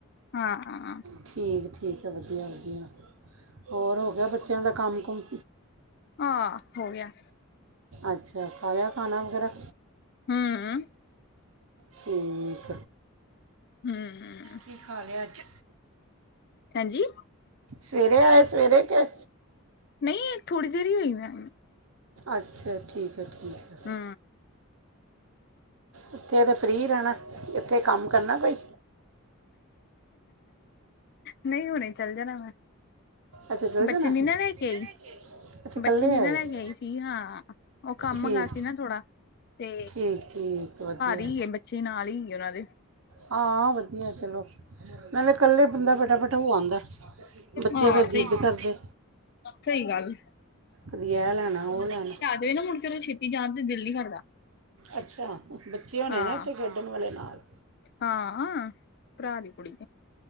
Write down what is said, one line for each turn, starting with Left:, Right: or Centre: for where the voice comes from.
Left: ਹਾਂ।
Right: ਠੀਕ ਏ, ਠੀਕ ਆ ਵਧੀਆ-ਵਧੀਆ, ਹੋਰ ਹੋਗਿਆ ਬੱਚਿਆਂ ਦਾ ਕੰਮ-ਕੁਮ?
Left: ਆ, ਹੋਗਿਆ।
Right: ਅੱਛਾ, ਖਾਲਿਆ ਖਾਨਾ ਵਗੈਰਾ?
Left: ਹੂੰ।
Right: ਠੀਕ।
Left: ਹੂੰ।
Right: ਕੀ ਖਾਲਿਆ ਅੱਜ?
Left: ਹਾਂਜੀ
Right: ਸਵੇਰੇ ਆਏ, ਸਵੇਰੇ ਕੇ
Left: ਨਹੀਂ, ਥੋੜੀ ਦੇਰ ਹੀ ਹੋਈ ਮੈਂ।
Right: ਅੱਛਾ, ਠੀਕ ਐ, ਠੀਕ ਹੈ।
Left: ਹੂੰ।
Right: ਇੱਥੇ ਤਾਂ ਫ੍ਰੀ ਰਹਿਣਾ, ਇੱਥੇ ਕੰਮ ਕਰਨਾ ਕੋਈ।
Left: ਨਹੀਂ, ਹੁਣੇ ਚਲ ਜਾਣਾ ਮੈਂ।
Right: ਅੱਛਾ ਚਲ
Left: ਬੱਚੇ
Right: ਜਾਣਾ
Left: ਨੀ ਨਾ ਲੈਕੇ ਆਈ।
Right: ਅੱਛਾ ਇਕੱਲੇ
Left: ਬੱਚੀ ਨੀ
Right: ਆਏ
Left: ਨਾ ਲੈਕੇ
Right: ਹੋ
Left: ਆਈ ਸੀ ਹਾਂ, ਉਹ ਕੰਮ
Right: ਠੀਕ
Left: ਗਾ ਸੀ ਨਾ ਥੋੜਾ ਤੇ
Right: ਠੀਕ ਠੀਕ, ਵਧੀਆ।
Left: ਇਹ ਬੱਚੇ ਨਾਲ ਈ ਏ, ਉਹਨਾਂ ਦੇ।
Right: ਹਾਂ, ਵਧੀਆ ਚਲੋ, ਨਾਲੇ ਇਕੱਲੇ ਬੰਦਾ ਫਟਾਫਟ ਹੋ ਆਂਦਾ, ਬੱਚੇ
Left: ਹਾਂ
Right: ਫਿਰ
Left: ਸਹੀ
Right: ਜਿੱਦ ਕਰਦੇ।
Left: ਸਹੀ ਗੱਲ
Right: ਕਦੀ ਐ ਲੈਣਾ, ਉਹ ਲੈਣਾ।
Left: ਓਈ ਨਾ, ਮੁੜਕੇ ਉਹਦਾ ਛੇਤੀ ਜਾਣ ਤੇ ਦਿਲ ਨੀ ਕਰਦਾ।
Right: ਅੱਛਾ, ਬੱਚੇ ਹੋਣੇ
Left: ਹਾਂ
Right: ਨਾ ਇੱਥੇ ਖੇਡਣ ਵਾਲੇ ਨਾਲ?
Left: ਹਾਂ ਭਰਾ ਦੀ ਕੁੜੀ।